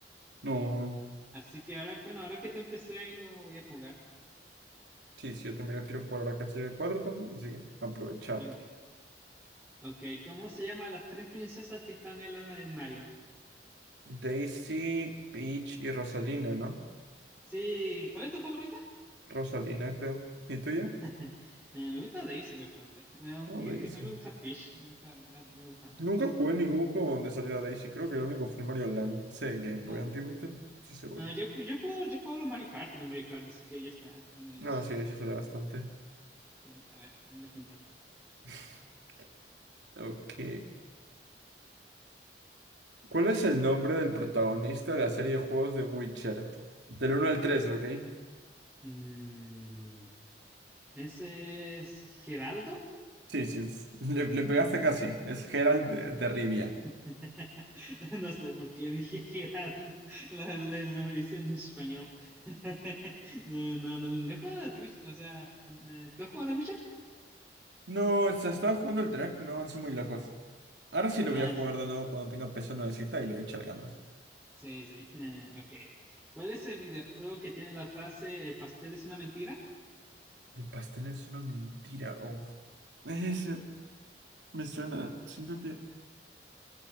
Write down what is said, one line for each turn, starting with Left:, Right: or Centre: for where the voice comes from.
Right: No.
Centre: Así que ahora, bueno, ahora que te empecé ahí lo voy a jugar.
Right: Sí, sí, yo también lo quiero jugar ahora casi de 4 también, así que aprovechar.
Centre: Ok, ok, ¿cómo se llaman las tres princesas que están en, la- en Mario?
Right: Daisy, Peach y Rosalina, ¿no?
Centre: Sí, ¿cuál es tu favorita?
Right: Rosalina, creo. ¿Y tuya?
Centre: <laughs> Eh, me gusta Daisy bastante. Bueno,
Right: No,
Centre: que,
Right: Daisy.
Centre: que también me gusta Peach. Me gusta, me gustan ambos.
Right: Nunca jugué ningún juego donde saliera Daisy. Creo que el único fue el Mario Land. Ese de Game
Centre: No,
Right: Boy antiguito. Sí, seguro.
Centre: no, yo, ju- yo juego, yo juego los Mario Party y los Mario Kart, así que ya está. En ellos,
Right: No, sí, Daisy sale bastante.
Centre: sí, a ver, me lo preguntan.
Right: <laughs> Ok. ¿Cuál es el nombre del protagonista de la serie de juegos de Witcher? Del uno al 3, ¿ok?
Centre: Mm, ¿ese es Geraldo?
Right: Sí, sí, es- le, le pegaste casi. Es Geralt de, de Rivia.
Centre: <laughs> No sé por qué dije Geraldo. <laughs> La, la- lo hice en español. <laughs> No, no, no, no he jugado de Witcher. O sea, eh, ¿tú has jugado de Witcher?
Right: No, se estaba jugando el tres, pero no avancé muy lejos. Ahora sí lo
Centre: Ah,
Right: voy a jugar
Centre: sí.
Right: de nuevo cuando tenga peso nuevecita y le voy a echar ganas.
Centre: Sí, sí. eh, ok. ¿Cuál es el videojuego que tiene la frase El pastel es una mentira?
Right: El pastel es una mentira. Oh. Ese me suena. Siento que.